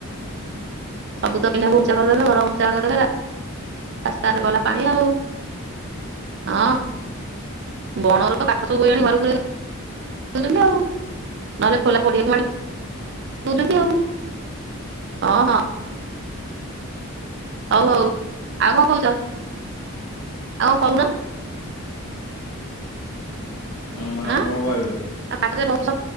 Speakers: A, on the left; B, on the right.
A: ହୁଁ।
B: ସବୁ ତ ପିନ୍ଧା ଘଞ୍ଚା କରିଦେଲେ ଘରମ ଘଞ୍ଚା କରିଦେଲେ ରାସ୍ତାରେ ଗଲା ପାଣି ଆଉ। ହଁ। ବଣ ର ତ କାଠ ସବୁ ହେ ଆଣି ଘରକୁ <unintelligible> ଉ ନହେଲେ ଖୋଲା ପଡିିଆକୁ <unintelligible> ଆଉ ହଁ ହଁ। ହଉ ହଉ ଆଉ କଣ କହୁଛ? ଆଉ କଉନ।
A: ମୁଁ ଆଉ
B: ଆଁ
A: କଣ କହିବି।
B: ଆଉ ବହୁତ ସବୁ